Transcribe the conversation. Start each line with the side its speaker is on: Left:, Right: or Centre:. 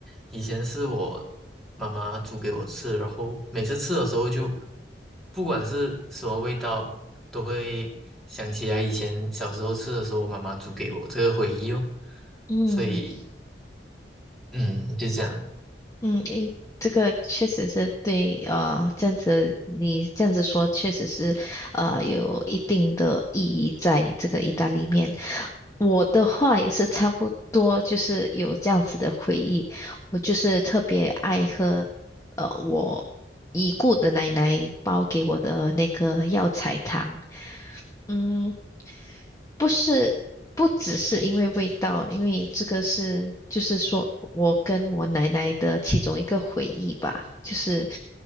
Centre: 以前是我妈妈煮给我吃，然后每次吃的时候就不管是什么味道，都会想起来以前小时候吃的时候，我妈妈煮给我这个回忆哦，
Left: 嗯
Centre: 所以嗯，就这样，
Left: 嗯，诶这个确实是对，呃，这样子你这样子说，确实是，呃，有一定的意义在这个意大利面。我的话也是差不多，就是有这样子的回忆。我就是特别爱喝，呃，我已故的奶奶包给我的那个药材汤。嗯，不是，不只是因为味道，因为这个是，就是说我跟我奶奶的其中一个回忆吧，就是